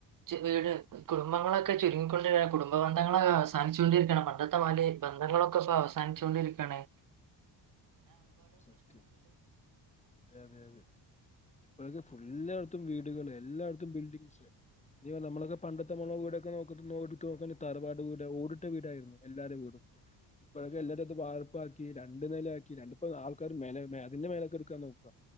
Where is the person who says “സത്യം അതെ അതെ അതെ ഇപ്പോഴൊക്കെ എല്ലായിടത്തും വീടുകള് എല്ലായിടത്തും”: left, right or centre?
Left